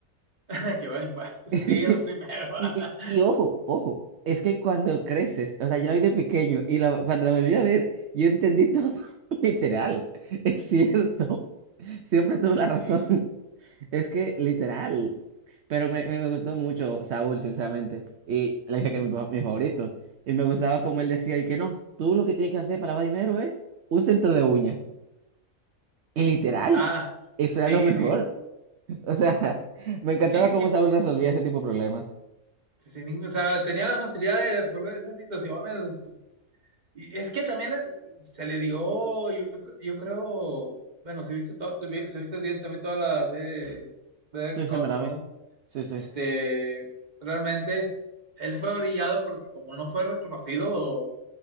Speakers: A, on the right; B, on the right.
A: <laughs> Que va impuestos.
B: <laughs>
A: sí, es lo primero. <laughs>
B: Y, y, y ojo, ojo, es que cuando creces, o sea, yo la vi de pequeño y la- cuando la volví a ver, yo entendí todo, <laughs> literal, es cierto, siempre tuve la razón.
A: Sí,
B: Es que literal, pero me, me, me gustó mucho Saúl, sinceramente, y le dije que mi, pa- mi favorito, y me gustaba como él decía, y que no, tú lo que tienes que hacer para lavar dinero es un centro de uña, y literal,
A: está,
B: <laughs> eso era
A: sí,
B: lo mejor,
A: sí.
B: o sea, <laughs> me encantaba
A: Sí, sí,
B: cómo Saúl resolvía ese tipo de problemas.
A: sin ningún- o sea, tenía la facilidad de resolver esas situaciones Y es que también le- se le dio, yo, yo creo, bueno, si viste todo, si viste bien también toda la serie de
B: Sí,
A: Console,
B: sí, me la vi, sí, sí.
A: este, realmente él fue brillado porque como no fue reconocido